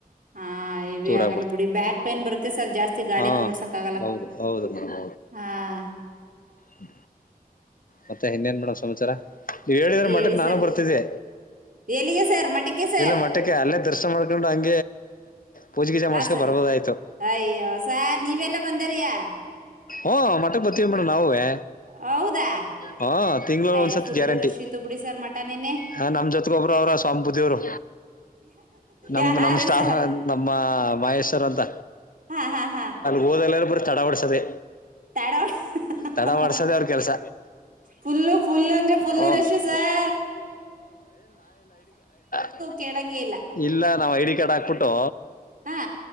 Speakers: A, on the right; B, on the left.
A: ಹಾ ಇವಿ
B: ದೂರ
A: ಆಗಲ್ಲ
B: ಆಗ್ಬಿಡ್ತು
A: ಬಿಡಿ ಬ್ಯಾಕ್ ಪೈನ್ ಬರುತ್ತೆ ಸರ್ ಜಾಸ್ತಿ ಗಾಡಿನ
B: ಹಾ
A: ಓಡ್ಸಕ್ ಆಗಲ್ಲ
B: ಹೌದು ಹೌದು ಮ್ಯಡ್
A: ಹಾಂ
B: ಹ್ಮ ಮತ್ತೆ ಇನ್ನೇನ್ ಮೇಡಮ್ ಸಂಚಾರ ನೀವ್ ಹೇಳಿದ್ರೆ
A: ಹೇಳಿ
B: ಮಠಕ್ ನಾನು
A: ಸರ್
B: ಬರ್ತಿದ್ದೆ
A: ಎಲ್ಲಿಗೆ ಸರ್ ಮಠಕ್ಕೆ ಸರ್
B: ಇಲ್ಲ ಮ ಟ್ಟಕ್ಕೆ ಅಲ್ಲೇ ದರ್ಶನ ಮಾಡ್ಕೊಂಡು ಹಂ ಪೂಜೆಗೀಜೆ
A: ಹಾ
B: ಮಾಡ್ಸ್ಕೊಂಡ
A: ಸರ್
B: ಬರಬೋದಾಗಿತ್ತು
A: ಅಯ್ಯೋ ಸ ನೀವೆಲ್ಲ ಬಂದಾರಯಾ
B: ಓ ಮಟ್ಟಕ್ ಬರ್ತೀವಿ ಮೇಡಮ್ ನಾವೇ
A: ಹೌದಾ
B: ಹಾ ತಿಂಗಳ
A: ಅಯ್
B: ಒಂದ್ಸತ್
A: ಫುಲ್ಲು
B: ಗ್ಯಾರಂಟಿ
A: ರಶ್ ಇತ್ತು ಬಿಡಿ ಸರ್ ಮಠ ನೆನ್ನೆ
B: ಹಾಂ ನಾಮ ಜೋತಗಬರು ಅವರಾ ಸ್ವಾಮಪೂಜಿಯವರು ನಮ
A: ಯಾರು
B: ನಮ್ಮ್ ಸ್ಟಾಫ
A: ಸರ್
B: ನಮ್ಮ ಮಹೇಶ್ವರ್ ಅಂತ
A: ಹಾ ಹಾ ಹಾ
B: ಹೋದಲೆಲ್ಲಾ ತಡೆ ಹೊಡ್ಸದೆೇ
A: ತಡ
B: ತಡೇ ಹೊಡಿಡ್ಸದೆೇ ಅವ್ರ ಕೆಲಸ
A: ಫುಲ್ಲು ಫುಲ್ ಅಂದ್ರೆ ಫುಲ್ಲು
B: ಹ ಹ
A: ರಶ್
B: ಹ.
A: ಸರ್
B: <unintelligible>
A: ಕೆಳಂಗೆಯಿಲ್ಲ.
B: ಇಲ್ಲ ನಾವ್ ಐಡಿ ಕಾರ್ಡ್ ಹಾಕ್ಬಿಟ್ಟು.
A: ಹಾ